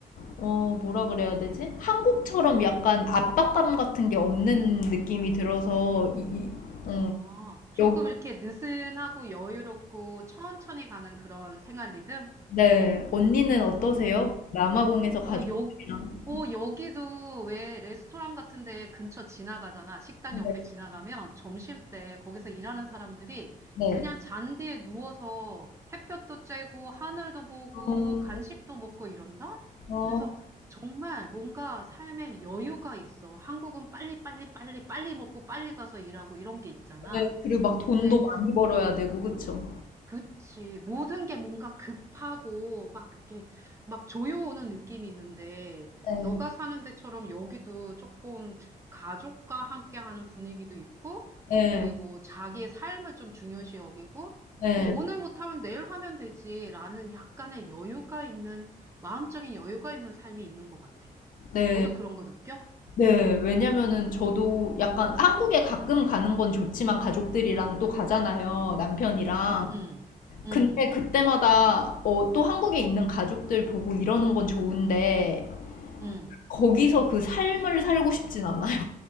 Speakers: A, on the left (about 65°); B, on the right (about 20°).
A: 어, 뭐라 그래야 되지? 한국처럼 약간 압박감 같은 게 없는 느낌이 들어서 이, 이- 어,
B: 아, 조금
A: 여기
B: 이렇게 느슨하고 여유롭고 천천히 가는 그런 생활 리듬?
A: 네 언니는 어떠세요? 남아공에서 가족들이랑
B: 어, 여, 어, 여기도 왜 레스토랑 같은데 근처 지나가잖아. 식당 옆에
A: 네,
B: 지나가면 점심때 거기서 일하는 사람들이
A: 네.
B: 그냥 잔디에 누워서 햇볕도 쬐고 하늘도 보고
A: 어,
B: 간식도 먹고 이런다?
A: 어,
B: 그래서 정말 뭔가 삶에 여유가 있어. 한국은 빨리 빨리 빨리 빨리 먹고 빨리 가서 일하고 이런 게 있잖아.
A: 네. 그리고 막 돈도
B: 근데
A: 많이 벌어야 되고 그쵸?
B: 그치. 모든 게 뭔가 급하고 막 이렇게 막 조여오는 느낌이 있는데
A: 네,
B: 너가 사는 데처럼 여기도 조금 가족과 함께하는 분위기도 있고
A: 네,
B: 그리고 자기의 삶을 좀 중요시 여기고
A: 네,
B: 뭐 오늘 못하면 내일 하면 되지라는 약간의 여유가 있는 마음적인 여유가 있는 삶이 있는 것 같아.
A: 네,
B: 너도 그런 거 느껴?
A: 네. 왜냐면은 저도 약간 한국에 가끔 가는 건 좋지만 가족들이랑 또 가잖아요 남편이랑.
B: 응, 응, 응,
A: 근데 그때마다 어, 또 한국에 있는 가족들 보고 이러는 건 좋은데
B: 응.
A: 거기서 그 삶을 살고 싶진 않아요.